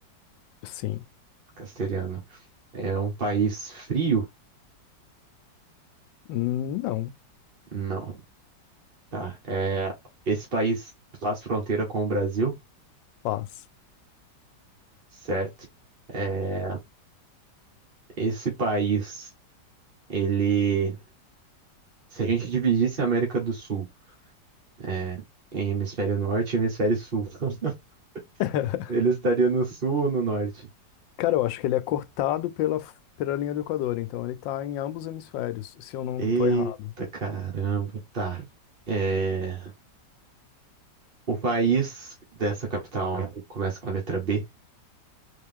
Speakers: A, on the left; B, on the right.
A: sim.
B: Castelhano. É um país frio?
A: Hum, Não,
B: Não. Tá. É... Esse país faz fronteira com o Brasil?
A: paz.
B: certo? É, esse país, ele, se a gente dividisse a América do Sul, é, em hemisfério norte e hemisfério sul, <laughs>
A: <laughs>
B: ele estaria no sul ou no norte?
A: Cara, eu acho que ele é cortado pela, pela linha do Equador, então ele tá em ambos hemisférios, se eu não
B: Eita
A: tô errado.
B: caramba, tá. É, o país dessa capital começa com a letra B,